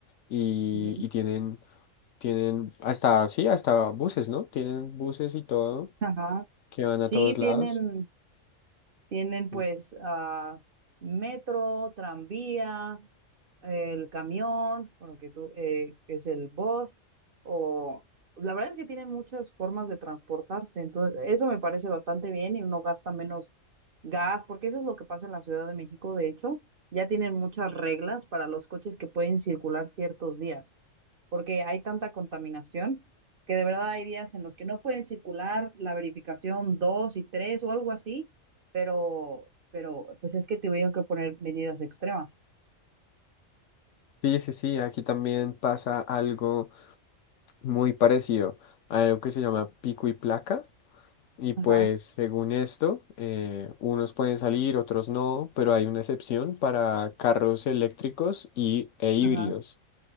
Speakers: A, on the left; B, on the right.
A: y,
B: Ujú.
A: y tienen, tienen hasta, sí, hasta buses, ¿no? Tienen buses y todo
B: Ajá.
A: que van
B: Sí,
A: a todos lados.
B: tienen Tienen
A: Sí,
B: pues ah, metro, tranvía, el camión, bueno, que tú, eh, que es el bus, o la verdad es que tienen muchas formas de transportarse, entonces eso me parece bastante bien y uno gasta menos gas, porque eso es lo que pasa en la Ciudad de México, de hecho, ya tienen muchas reglas para los coches que pueden circular ciertos días, porque hay tanta contaminación que de verdad hay días en los que no pueden circular la verificación 2 y 3 o algo así pero, pero pues es que tuvieron que poner medidas extremas.
A: sí, sí, sí, aquí también pasa algo. muy parecido a algo que se llama pico y placa. Y pues
B: Ajá,
A: según esto, eh, unos pueden salir, otros no, pero hay una excepción para carros eléctricos y, e híbridos.
B: ajá.